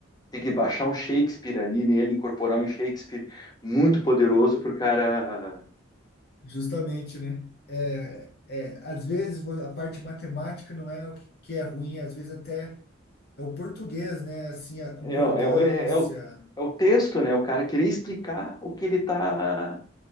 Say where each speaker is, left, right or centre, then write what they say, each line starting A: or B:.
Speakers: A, on the left; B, on the left.
A: tem que baixar um Shakespeare ali nele, incorporar um Shakespeare muito poderoso para o cara
B: Justamente, né? É, é, às vezes vo- a parte matemática não é o que que é ruim, às vezes até é o português, né? Assim, a concordância.
A: É, é, é, é o, é o texto, né? O cara querer explicar o que ele tá,